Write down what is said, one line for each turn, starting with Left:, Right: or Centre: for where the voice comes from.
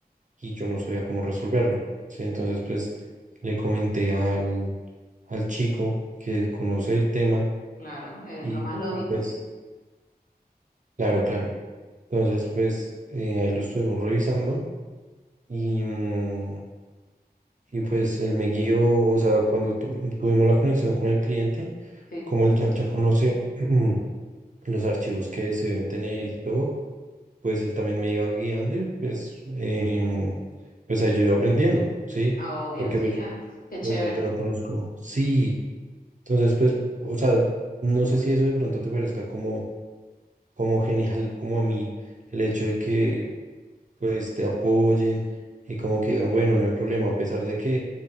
Right: y yo no sabía cómo resolverlo, ¿sí? Entonces pues le comenté al, al chico que conoce el tema
Left: claro, es
Right: y
Left: lo más lógico,
Right: pues
Left: sí.
Right: claro, claro. Entonces, pues eh, ahí lo estuvimos revisando y, mm, y pues él me guió, o sea, cuando tu- tuvimos la conexión con el cliente,
Left: Sí,
Right: como él ya, ya conoce <clears throat> los archivos que se deben tener y todo, pues él también me iba guiando y pues, em, pues ahí yo iba aprendiendo, ¿sí?
Left: obvio,
Right: Porque
Left: sí.
Right: pues yo,
Left: Ah, qué chévere.
Right: yo, yo, yo no conozco. Sí, entonces pues, o sea, no sé si eso de pronto te parezca como, como genial, como a mí, el hecho de que pues te apoyen y como que digan, bueno, no hay problema, a pesar de que